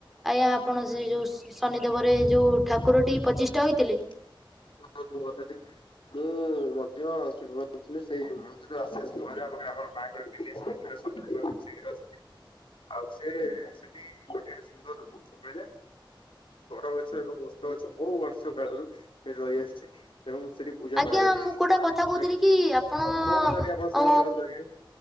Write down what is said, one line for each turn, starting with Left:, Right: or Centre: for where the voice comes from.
Centre: ଆଜ୍ଞା ଆପଣ ସେ ଯଉ ଶନିଦେବରେ ଯଉ ଠାକୁରଟି ପଚିଷ୍ଠା ହୋଇଥିଲେ
Left: <unintelligible> <unintelligible> ଆଉ ସେ ସେଠି। <unintelligible> <unintelligible> ବର ଗଛ ଏବଂ ଓସ୍ତ ଗଛ ବହୁ ବର୍ଷ କାଳରୁ ସେଠି ରହିଆସିଚି। ଏବଂ ସେଠି ପୂଜା
Centre: ଆଜ୍ଞା
Left: କରାଯାଉଚି।
Centre: ମୁଁ ଗୋଟେ କଥା କହୁଥିଲି
Left: ଆଜ୍ଞା,
Centre: କି ଆପଣ
Left: ମୋ କଥାଟି ଆପଣ ଶୁଣି
Centre: ଓ
Left: ସାରନ୍ତୁ ଆଗେ।